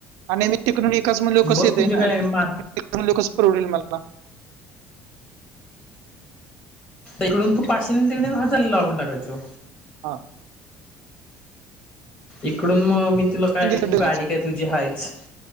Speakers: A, on the right (about 85°); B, on the left (about 25°).
A: आणि मी तिकडून विकास मुण ल कस
B: बघ
A: येते
B: तुमचे काय
A: आणि
B: मार
A: मु ल कस परवडेल मला?
B: इकडून तू पाचशे तिकडे हजारला लावून टाकायचं.
A: हा.
B: इकडून मग मी तुला काय
A: संधी
B: तू
A: डनच
B: गाडी काय तुझी हायच.